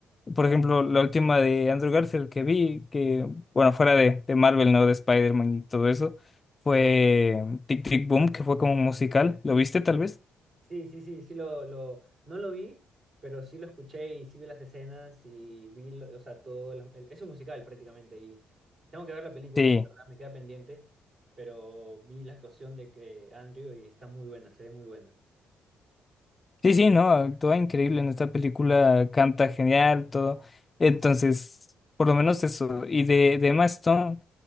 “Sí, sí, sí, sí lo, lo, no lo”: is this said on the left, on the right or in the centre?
Right